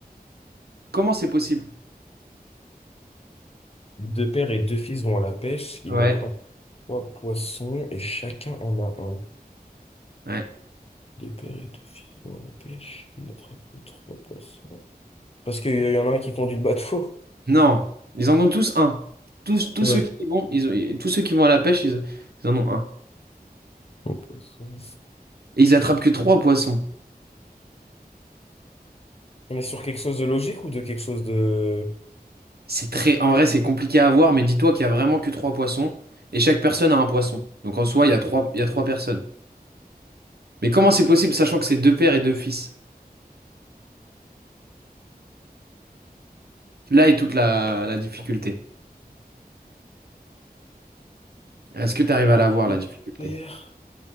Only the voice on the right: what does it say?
Comment c'est possible?
Ouais.
Ouais.
Non, ils en ont tous un. Tous, tous
ceux qui y vont, ils ont- tous ceux qui vont à la pêche, ils, ils en ont un.
Et ils attrapent que trois poissons.
C'est très, en vrai, c'est compliqué à voir, mais dis-toi qu'il y a vraiment que trois poissons et chaque personne a un poisson. Donc en soi, il y a trois, il y a trois personnes. Mais comment c'est possible sachant que c'est deux pères et deux fils? Là est toute la, la difficulté. Est-ce que tu arrives à la voir,
la difficulté?